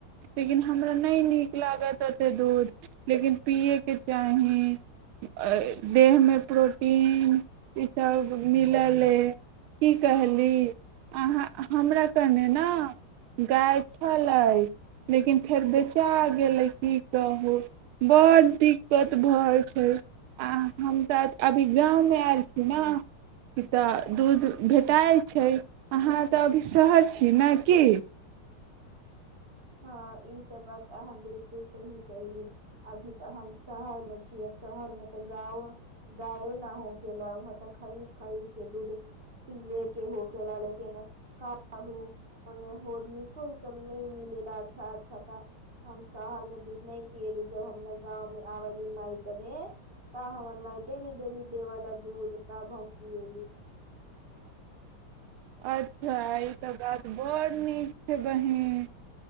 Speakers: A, on the right; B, on the right.
A: लेकिन हमरा नहि नीक लागत ओतेक दूध लेकिन पियैके चाह देहमे प्रोटीन ई सब मिलल की कहली अहाँ हमरा कने ने गाय छलै लेकिन फेर बेचा गेलै की कहू बड़ दिकक दिक्कत भऽ जाइ छै आ हम तऽ अभी गाँवमे आयल छी ने कि तऽ दूध भेटाइ छै अहाँ तऽ अभी शहर छी ने कि
B: हँ ई तऽ बात अहाँ बिलकुल सही कली अभी तऽ हमह शहर मे छीिय आ शहर मे तऽ गाो गायो न हो केला वहाँ ते खरीद खरीद के दूध पियए के हो केला लेकिन काहू ओन्ने होलसो ई सब नहि मिल अच्छा अच्छा ता हम शहर मे दूध नहि पियली जब हम गाँवं आबली मााय कने तब हमर मााय डेली डेली देवलाा दूध तब हम पिली
A: अच्छा ई तऽ बात बड़ नीक छै बहीन